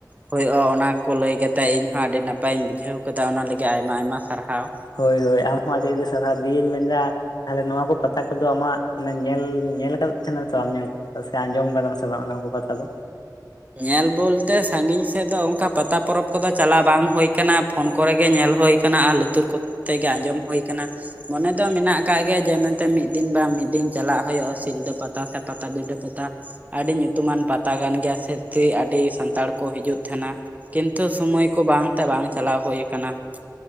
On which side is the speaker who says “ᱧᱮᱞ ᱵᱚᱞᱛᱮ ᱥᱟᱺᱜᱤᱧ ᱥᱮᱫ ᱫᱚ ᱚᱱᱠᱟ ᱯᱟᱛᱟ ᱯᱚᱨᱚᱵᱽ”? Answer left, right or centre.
Right